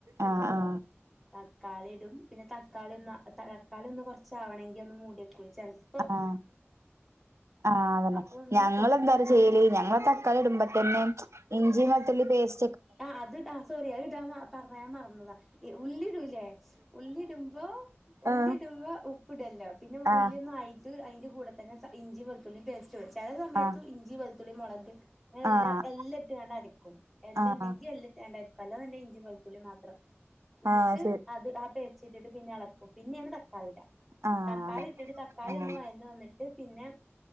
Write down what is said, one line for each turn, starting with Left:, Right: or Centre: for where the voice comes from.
Right: ആഹ്, ആഹ്
Centre: തക്കാളി ഇടും പിന്നെ തക്കാളി ഒന്ന് തക്കാളി ഒന്ന് കുറച്ചാവണങ്കി ഒന്ന് മൂടിവെക്കും ചെല സ
Right: ആഹ് ആ അതന്നെ
Centre: അപ്പൊ ഒന്ന്
Right: ഞങ്ങളെന്താ
Centre: കൊറച്ചേരം
Right: ചെയ്യല് ഞങ്ങള ക്കാളി ഇടുമ്പോ തന്നെ ഇഞ്ചി വെളുത്തുള്ളി പേസ്
Centre: ആ അത് ഇടാ സോറി അത് ഇടാൻ പറയാൻ മറന്നതാ ഉള്ളിടൂല്ലേ. ഉള്ളിടുംമ്പോ ഉള്ളിടുമ്പ
Right: ആഹ്
Centre: ഉപ് ഫുഡ്ല്ല പിന്നെ
Right: ആഹ്
Centre: ഉള്ളിന്നായിട്ട് അയിൻ്റെ കൂടെ തന്നെ ഇഞ്ചി വെളുത്തുള്ളി പേസ്റ്റ് ചെല സമയത്തും
Right: ആഹ്
Centre: ഇഞ്ചി, വെളുത്തുള്ളി മൊളക് അങ്ങനെ എല്ല
Right: ആഹ്
Centre: എല്ലാം ഇട്ട് കണ്ട് അരക്കും. എല്ലാണ്ടെങ്കി
Right: ആഹ്
Centre: അല്ല <unintelligible> ഇഞ്ചി വെളുത്തുള്ളി മാത്രം എന്നിട്ട്
Right: ആഹ് ശരി
Centre: അത് ആ പേസ്റ്റിട്ടിട്ട് പിന്നെ അളക്കും പിന്നെയാണ് തക്കാളിടാ.
Right: ആഹ്
Centre: തക്കാളിട്ടിട്ട് തക്കാളി
Right: ആഹ്
Centre: ഒന്ന് വയന്ന് വന്നിട്ട് പിന്നെ